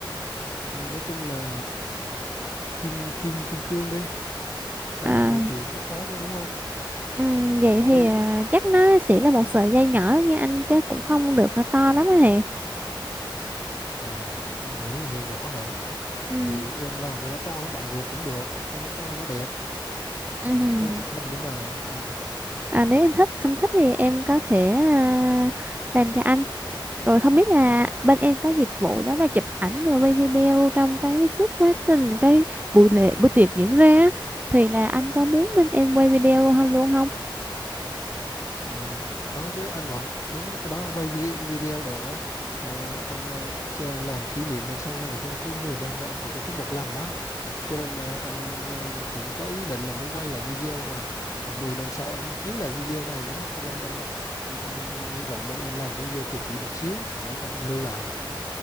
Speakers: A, on the left; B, on the right.
A: nói chung là kim kim kim cương đi hai
B: à,
A: trăm rưỡi triệu chắc có chứ đúng không
B: ừ, vậy
A: cái
B: thì à, chắc nó sẽ là một sợi dây nhỏ nha anh chứ cũng không được to lắm anh nè
A: à hai trăm rưỡi là nhỏ nhỏ hả
B: ừ.
A: thì em làm cho nó to nó bọng ruột cũng được cho nó to nó đẹp
B: ừ.
A: Ờ, chụp hình nữa mà ừ.
B: À, nếu em thích anh thích thì em có thể à, làm cho anh Rồi không biết là bên em có dịch vụ đó là chụp ảnh rồi quay video trong cái suốt quá trình cái buổi lễ buổi tiệc diễn ra á, thì là anh có muốn bên em quay video hơn luôn không?
A: Ừ, có chứ anh vẫn đúng á, cái đó quay vi- video đỡ ờ, anh ờ, che- làm kỷ niệm đời sau này cho cứ 10 năm thì anh sẽ tổ chức một lần đó cho nên ờ, anh ờ, cũng có ý định là muốn quay lại video và à, 10 năm sau anh muốn chiếu lại video này đấy cho nên anh, anh hy vọng bên em làm cái video kỳ kỳ một xíu để cho anh lưu lại